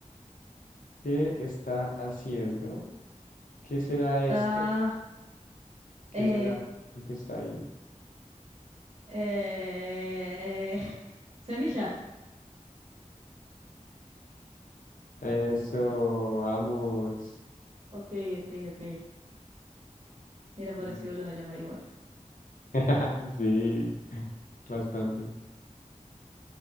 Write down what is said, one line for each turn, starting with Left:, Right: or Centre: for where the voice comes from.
Left: ¿Qué está haciendo? ¿Qué será
Right: Está...
Left: esto? ¿Qué
Right: Eh...
Left: será lo que está ahí?
Right: Eh... <laughs> Semilla.
Left: Eso,
Right: Ok.
Left: vamos.
Right: Ok, ok, ok. Era parecido
Left: Sí,
Right: lo de la marihuana.
Left: <laughs> Sí, bastante.